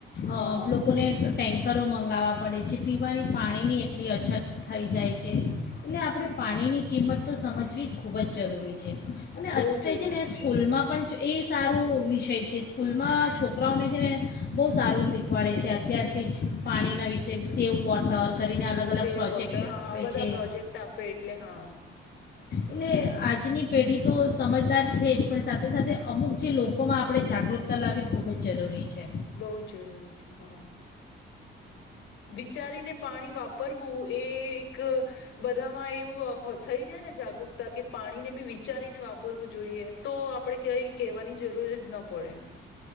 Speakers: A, on the left (about 80°); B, on the left (about 55°).
A: હા
B: અહ લોકોને ટેન્કરો મંગાવવા પડે છે, પીવાની પાણીની એટલી અછત થઈ જાય છે. એટલે આપણે પાણીની કિંમત તો સમજવી ખૂબ જ જરૂરી છે. અને અત્યારે
A: બહુ જરૂરી
B: છે ને સ્કૂલમાં પણ જ એ સારો વિષય છે. સ સ્કૂલમાં છોકરાઓને છે ને બહુ સારું શીખવાડે છે અત્યારથી જ, પાણીના વિશે સેવ વોટર કરીને અલગ અલગ
A: સેવ
B: પ્રોજેક્ટ
A: વોટર,
B: આપે
A: હા, આ બધા
B: છે
A: પ્રોજેક્ટ આપે એટલે હા.
B: એટલે આજની પેઢી તો સમજદાર છે જ, પણ સાથે-સાથે અમુક જે લોકોમાં આપણે જાગૃત તા લાવી ખૂબ જ જરૂરી છે.
A: બહુ જ જરૂરી છ છે, હા. વિચારીને પાણી વાપરવું એ એક બધામાં એવું થઈ જાય ને જાગૃતતા કે પાણીને બી વિચારીને વાપરવું જોઈએ, તો આપણેે કય કહેવાની જરૂર જ ન પડે.